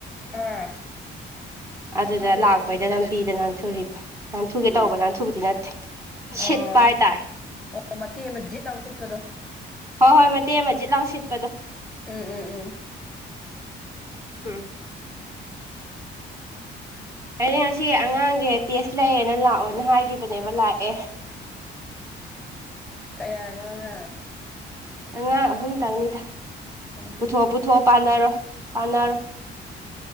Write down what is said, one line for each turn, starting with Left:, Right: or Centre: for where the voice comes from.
Centre: ꯑꯥ
Right: ꯑꯗꯨꯗ ꯂꯥꯛꯄꯩꯗ ꯂꯝꯕꯤꯗ ꯅꯥꯟꯊꯨꯔꯤꯕ ꯅꯥꯟꯊꯨꯒꯦ ꯇꯧꯕ ꯅꯥꯟꯊꯨꯕꯗꯤ ꯅꯠꯇꯦ ꯁꯤꯠꯄ
Centre: ꯑꯣ
Right: ꯍꯥꯏꯇꯥꯔꯦ
Centre: ꯑꯣ ꯃꯇꯦꯛ ꯑꯃ ꯖꯤꯠ ꯂꯥꯎ ꯁꯤꯠꯄꯗꯣ
Right: ꯍꯣꯏ ꯍꯣꯏ ꯃꯇꯦꯛ ꯑꯃ ꯖꯤꯠ ꯂꯥꯎ ꯁꯤꯠꯄꯗꯣ
Centre: ꯎꯝ ꯎꯝ ꯎꯝ
Right: ꯎꯝ ꯑꯩ ꯉꯁꯤ ꯑꯉꯥꯡꯖꯦ ꯇꯦꯁ ꯂꯩꯌꯦꯅ ꯂꯥꯛꯑꯣꯅ ꯍꯥꯏꯒꯤꯕꯅꯦꯕ ꯂꯥꯛꯑꯦ
Centre: ꯀꯌꯥꯅꯣ ꯑꯉꯥꯡ
Right: ꯑꯉꯥꯡ ꯑꯍꯨꯝꯇꯪꯅꯤꯗ
Centre: ꯎꯝ
Right: ꯄꯨꯊꯣꯛ ꯄꯨꯊꯣꯛ ꯄꯥꯟꯅꯔꯣ ꯄꯥꯟꯅꯔꯣ